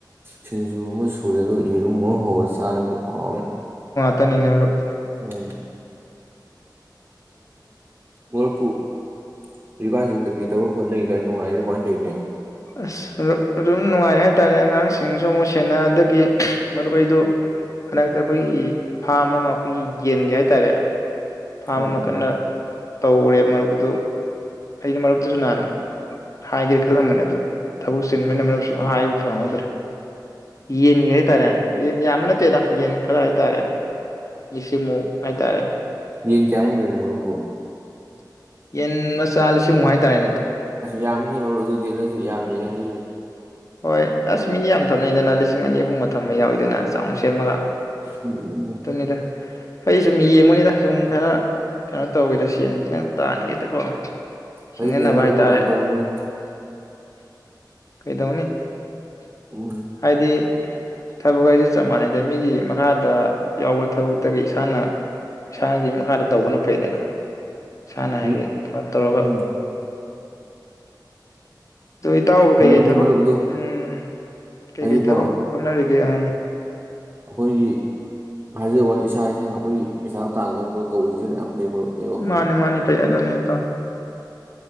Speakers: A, on the right (about 30°); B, on the left (about 45°).
A: ꯁꯤꯡꯖꯨ ꯑꯃ ꯁꯨꯔꯦ ꯑꯗꯨꯒ ꯏꯔꯨꯝ ꯍꯧꯔ ꯆ ꯆꯔꯦ ꯃꯔꯨꯞ ꯍꯥꯎꯔꯦ
B: ꯄꯅꯤꯅ ꯃꯔꯨꯞ
A: ꯑꯣ ꯃꯔꯨꯞꯄꯨ ꯍꯧꯖꯤꯛꯀꯥꯟꯁꯦ ꯀꯩꯀꯩ ꯇꯧꯔ ꯍꯣꯠꯅꯔꯤ ꯀꯥꯏꯅ ꯅꯨꯡꯉꯥꯏꯔ ꯀꯃꯥꯏꯅ ꯇꯧꯔꯤꯅꯣ
B: ꯑꯁ ꯑꯗꯨꯝ ꯅꯨꯡꯉꯥꯏꯔꯦ ꯍꯥꯏ ꯇꯥꯔꯦ ꯑꯉꯥꯡꯁꯤꯡꯁꯨ ꯑꯃꯨꯛ ꯁꯦꯟꯅ ꯑꯗꯒꯤ ꯃꯔꯨꯞ ꯑꯩꯗꯨ ꯍꯟꯗꯛꯇ ꯑꯩꯈꯣꯏꯒꯤ ꯐꯥꯝ ꯑꯃ ꯑꯩꯈꯣꯏꯒꯤ ꯌꯦꯟꯒꯤ ꯍꯥꯏ ꯇꯥꯔꯦ ꯐꯥꯝ
A: ꯎꯝ
B: ꯑꯃ
A: ꯎꯝ
B: ꯀꯟꯅ ꯇꯧꯔꯦ ꯃꯔꯨꯞ ꯑꯗꯨ ꯑꯩꯅ ꯃꯔꯨꯞꯇꯁꯨ ꯅꯍꯥꯟ ꯍꯥꯏꯒꯦ ꯈꯜꯂꯝꯕꯅꯦ ꯑꯗꯨ ꯊꯕꯛ ꯆꯤꯟꯕꯅ ꯃꯔꯨꯞꯁꯨ ꯍꯥꯏꯕ ꯐꯪꯍꯧꯗ꯭ꯔꯦ ꯌꯦꯟꯒꯤ ꯍꯥꯏ ꯇꯥꯔꯦ ꯌꯦꯟ ꯌꯥꯝꯕ ꯅꯠꯇꯦꯗ ꯌꯦꯟ ꯈꯔ ꯍꯥꯏ ꯇꯥꯔꯦ ꯂꯤꯁꯤꯡꯃꯨꯛ ꯍꯥꯏ ꯇꯥꯔꯦ
A: ꯌꯦꯟ ꯀꯌꯥꯃꯨꯛ ꯂꯣꯏꯔꯤꯅꯣ ꯃꯔꯨꯞꯄꯨ
B: ꯌꯦꯟ ꯃꯆꯥ ꯂꯤꯁꯤꯡ ꯃꯨꯛ ꯍꯥꯏ ꯇꯥꯔꯦ
A: ꯑꯁ ꯌꯥꯝꯃꯤ ꯃꯔꯨ ꯑꯗꯨꯗꯤ ꯅꯪꯁꯨ ꯌꯥꯝꯗꯧꯒ ꯍꯥꯏꯖꯤꯜꯂꯦ
B: ꯍꯣꯏ ꯑꯁ ꯃꯤꯗꯤ ꯌꯥꯝ ꯊꯝꯅꯩꯗꯅ ꯂꯤꯁꯤꯡ ꯑꯅꯤ ꯑꯍꯨꯝꯒ ꯊꯝꯕ ꯌꯥꯎꯋꯗꯅ ꯆꯥꯎꯅ ꯁꯦꯝꯃꯒ
A: ꯎꯝ ꯎꯝ
B: ꯑꯗꯨꯅꯤꯗ ꯑꯩ ꯁꯨꯝ ꯌꯦꯡꯕꯅꯤꯗ ꯁꯨꯝ ꯈꯔ ꯀꯩꯅꯣ ꯇꯧꯒꯦꯅ ꯁꯦꯟꯒ ꯈꯤꯇꯪ ꯇꯥꯟꯒꯦꯗꯀꯣ ꯁꯤꯡꯅꯅꯕ
A: ꯐꯩ ꯐꯩ ꯃꯔꯨꯞ
B: ꯍꯥꯏꯇꯥꯔꯦ
A: ꯑꯗꯨ ꯌꯥꯝ ꯐꯔꯕꯅꯤ
B: ꯀꯩꯗꯧꯅꯤ
A: ꯎꯝ
B: ꯍꯥꯏꯗꯤ ꯊꯕꯛ ꯍꯥꯏꯁꯦ ꯆꯞ ꯃꯥꯟꯅꯩꯗ ꯃꯤꯒꯤ ꯃꯈꯥꯗ ꯌꯥꯎꯕ ꯊꯕꯛꯇꯒꯤ ꯏꯁꯥꯅ ꯏꯁꯥꯒꯤ ꯈꯥꯗ ꯇꯧꯕꯅ ꯐꯩꯗꯅ ꯏꯁꯥꯅ
A: ꯎꯝ
B: ꯍꯥꯏꯗꯤ ꯀꯩꯅꯣ ꯇꯧꯔꯒ
A: ꯎꯝ
B: ꯑꯗꯨ ꯏꯇꯥꯎꯕ
A: ꯐꯔꯕꯅꯤ
B: ꯀꯩꯀꯩ ꯊꯕꯛ
A: ꯃꯔꯨꯞ ꯑꯗꯨ
B: ꯎꯝ ꯀꯩꯀꯩ
A: ꯍꯥꯏꯗꯤꯀꯣ
B: ꯊꯕꯛ ꯍꯣꯠꯅꯔꯤ ꯀ ꯑ
A: ꯑꯩꯈꯣꯏꯒꯤ ꯍꯥꯏꯖꯕ ꯋꯥꯅꯤ ꯏꯁꯥ ꯏꯁꯥꯅ ꯑꯩꯈꯣꯏꯒꯤ ꯄꯩꯁꯥ ꯇꯥꯟꯅꯅ ꯈꯣ ꯇꯧꯕꯁꯤ ꯁꯤꯅ ꯌꯥꯝ ꯐꯩ ꯃꯔꯨꯞ ꯑꯩ ꯋꯥꯈꯜꯗꯗꯤ
B: ꯃꯥꯅꯤ ꯃꯥꯅꯤ ꯄꯩꯁꯥ ꯑꯗꯨꯅꯤ ꯗ